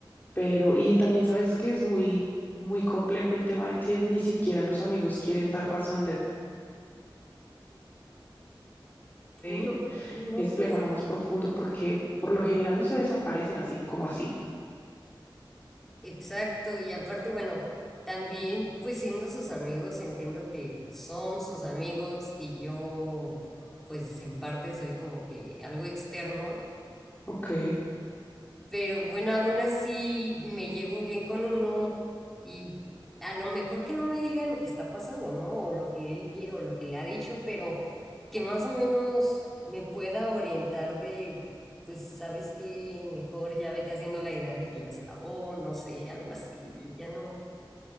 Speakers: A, on the left; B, in the centre.
A: Pero, y también sabes que es muy, muy complejo el tema de que ni siquiera los amigos quieren dar razón de de
B: No,
A: él
B: no,
A: Es complejo,
B: pues
A: algo más profundo, porque por lo general no se desaparecen así como así.
B: exacto. Y aparte, bueno, también pues siendo sus amigos, entiendo que son sus amigos y yo pues en parte soy como que algo externo
A: Ok,
B: pero bueno, aún así me llevo bien con uno y a lo mejor que no me diga lo que está pasando, ¿no? O lo que él quiere o lo que le ha dicho, pero que más o menos me pueda orientar de, pues, ¿sabes qué? Mejor ya vete haciendo la idea de que ya se acabó, no sé, algo así, ya no.